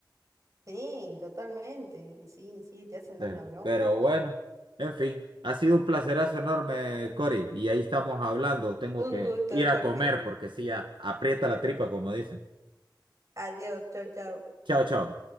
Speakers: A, on the right; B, on the right.
A: Sí, totalmente, sí, sí, te hacen
B: Ustedes-
A: dar una bronca.
B: Pero bueno, en fin, ha sido un placerazo enorme, Cory. Y ahí estamos hablando. Tengo
A: Un
B: que
A: gusto,
B: ir a
A: Jorge.
B: comer porque sí, ya aprieta la tripa, como dicen.
A: Adiós, chao, chao.
B: Chao, chao.